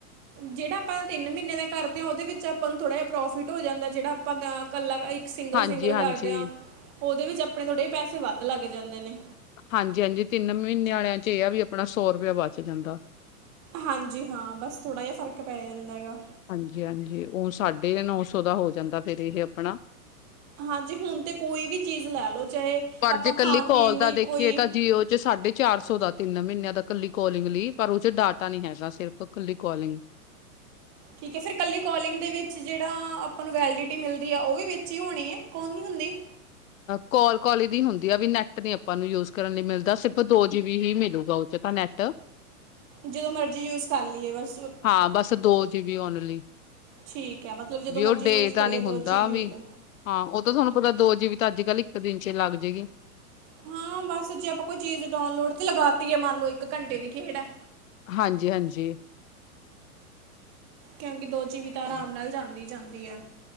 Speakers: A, on the right (about 35°); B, on the left (about 60°).
A: ਜਿਹੜਾ ਆਪਾਂ ਤਿੰਨ ਮਹੀਨੇ ਦਾ ਕਰਦੇ ਹਾਂ। ਉਹਦੇ ਵਿੱਚ ਆਪਾਂ ਨੂੰ ਥੋੜਾ ਜਿਹਾ ਪ੍ਰੋਫਿਟ ਹੋ ਜਾਂਦਾ, ਜਿਹੜਾ ਆਪਾਂ ਕੱਲਾ ਸਿੰਗਲ
B: ਹਾਂਜੀ
A: ਸਿੰਗਲ
B: ਹਾਂਜੀ
A: ਕਰਦੇ ਹਾਂ, ਉਹਦੇ ਵਿੱਚ ਆਪਣੇ ਥੋੜ੍ਹੇ ਪੈਸੇ ਵੱਧ ਲੱਗ ਜਾਂਦੇ ਨੇ।
B: ਹਾਂਜੀ ਹਾਂਜੀ, ਤਿੰਨ ਮਹੀਨਿਆਂ ਵਾਲਿਆਂ ਚ ਇਹ ਆ ਵੀ ਆਪਣਾ ਸੌ ਰੁਪਇਆ ਬਚ ਜਾਂਦਾ।
A: ਹਾਂਜੀ, ਹਾਂ, ਬਸ ਥੋੜ੍ਹਾ ਜਿਹਾ ਫਰਕ ਪੈ ਜਾਂਦਾ ਹੈਗਾ‌।
B: ਹਾਂਜੀ ਹਾਂਜੀ, ਉਹ ਸਾਢੇ ਨੌ ਸੌ ਦਾ ਹੋ ਜਾਂਦਾ ਫੇਰ ਇਹ ਆਪਣਾ।
A: ਹਾਂਜੀ ਹੁਣ ਤੇ ਕੋਈ ਵੀ ਚੀਜ਼ ਲੈ ਲਓ ਚਾਹੇ
B: ਪਰ
A: ਆਪਾਂ
B: ਜੇ ਇਕੱਲੀ
A: ਖਾਣ
B: ਕਾਲ
A: ਪੀਣ
B: ਦਾ
A: ਲਈ
B: ਦੇਖੀਏ
A: ਕੋਈ
B: ਤਾਂ ਜੀਓ ਉਹ ਸਾਢੇ ਚਾਰ ਸੌ ਦਾ ਤਿੰਨ ਮਹੀਨਿਆਂ ਦਾ, ਕੱਲੀ ਕੋਲਿੰਗ ਲਈ, ਪਰ ਉਹ ਚ ਡਾਟਾ ਨੀ ਹੈਗਾ, ਸਿਰਫ ਕੱਲੀ ਕੋਲਿੰਗ।
A: ਠੀਕ ਹੈ, ਫਿਰ ਇਕੱਲੀ ਕੋਲਿੰਗ ਦੇ ਵਿੱਚ ਜਿਹੜਾ ਆਪਾਂ ਨੂੰ ਵੈਲਡਿਟੀ ਮਿਲਦੀ ਆ, ਉਹ ਵੀ ਵਿੱਚ ਹੀ ਹੋਣੀ ਹੈ, ਕੌਣ ਨਹੀਂ ਹੁੰਦੀ।
B: ਕੋਲ ਕਾਲ ਇਹਦੀ ਹੁੰਦੀ ਆ ਵੀ ਨੈੱਟ ਨੀ ਆਪਾਂ ਨੂੰ ਯੂਜ ਕਰਨ ਲਈ ਮਿਲਦਾ, ਸਿਰਫ ਦੋ ਜੀਬੀ ਹੀ ਮਿਲੂਗਾ ਉਹ ਚ ਤਾਂ ਨੈੱਟ, ਤੇ
A: ਜਦੋਂ ਮਰਜ਼ੀ ਯੂਜ ਕਰ ਲਈਏ ਬਸ।
B: ਹਾਂ ਬਸ ਦੋ ਜੀਬੀ ਓਨਲੀ
A: ਠੀਕ ਹੈ, ਮਤਲਬ ਜਦੋਂ
B: ਵੀ
A: ਮਰਜ਼ੀ
B: ਉਹ ਡੇ
A: ਯੂਜ਼
B: ਦਾ
A: ਕਰੀਏ
B: ਨੀ
A: ਦੋ
B: ਹੁੰਦਾ
A: ਜੀ ਵੀ ਮਿਲੋ,
B: ਹਾਂ ਉਹ ਤਾਂ ਤੁਹਾਨੂੰ ਪਤਾ ਦੋ ਜੀ ਬੀ ਤਾਂ ਅੱਜ ਕੱਲ੍ਹ ਇੱਕ ਦਿਨ ਚ ਲੱਗ ਜਾਏਗੀ।
A: ਹਾਂ ਬਸ ਜੇ ਆਪਾਂ ਕੋਈ ਚੀਜ਼ ਡਾਊਨਲੋਡ ਤੇ ਲਗਾਤੀਏ, ਮੰਨ ਲਓ ਇੱਕ ਘੰਟੇ ਦੀ ਖੇਡ ਹੈ।
B: ਹਾਂਜੀ ਹਾਂਜੀ।
A: ਕਹਿਣਗੇ ਦੋ ਜੀਵਿ ਤਾਂ ਆਰਾਮ ਨਾਲ ਜਾਂਦੀ ਜਾਂਦੀ ਹੈ।